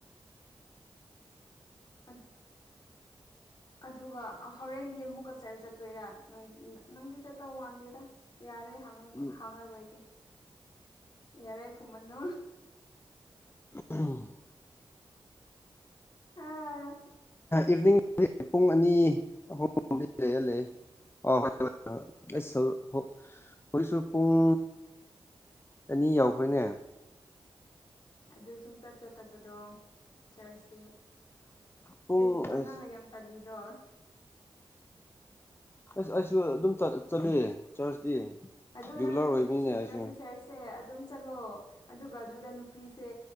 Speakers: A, on the left; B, on the left.
A: ꯎ ꯑꯗꯨꯒ ꯍꯣꯔꯦꯟꯗꯤ ꯑꯃꯨꯛ ꯀꯛꯆꯔ ꯆꯠꯇꯣꯏꯔꯥ ꯅꯣꯏ ꯅꯪꯗꯤ ꯆꯠꯇꯧ ꯋꯥꯟꯗꯦꯗ ꯌꯥꯔꯦ
B: ꯎꯝ
A: ꯍꯡꯉꯔꯣꯏꯒꯦ ꯌꯥꯔꯦ ꯈꯨꯃꯟꯅꯨ
B: ꯎꯝ
A: ꯑꯥ
B: ꯏꯚꯤꯅꯤꯡ ꯄꯨꯡ ꯑꯅꯤ ꯑꯍꯨꯝꯝꯗꯤ ꯂꯩꯍꯜꯂꯦ ꯑꯣ ꯍ ꯍ ꯍꯣꯏꯁꯨ ꯄꯨꯡ ꯑꯅꯤ ꯌꯥꯎꯈ꯭ꯔꯦꯅꯦ
A: ꯑꯗꯨ ꯁꯨꯡꯆꯠ ꯆꯠꯇꯕꯗꯣ ꯆꯔꯆꯇ
B: ꯄꯨꯡ
A: ꯀꯩꯗꯤ ꯅꯣ
B: ꯑꯁ
A: ꯅꯪꯅ ꯌꯥꯝ ꯇꯜꯂꯤꯗꯣ
B: ꯑꯁ ꯑꯩꯁꯨ ꯑꯗꯨꯝ ꯆꯠꯂꯤꯑ ꯆꯔꯆꯇꯤ
A: ꯑꯗꯨꯗ
B: ꯔꯤꯒꯨꯂꯔ
A: ꯅꯪꯅ ꯅꯨꯄꯤ
B: ꯑꯣꯏꯕꯅꯤꯅꯦ
A: ꯊꯤꯅꯤꯡꯉꯗꯤ
B: ꯑꯩꯁꯨ
A: ꯆꯔꯁ ꯁꯦ ꯑꯗꯨꯝ ꯆꯠꯂꯣ ꯑꯗꯨꯒ ꯑꯗꯨꯗ ꯅꯨꯄꯤꯁꯦ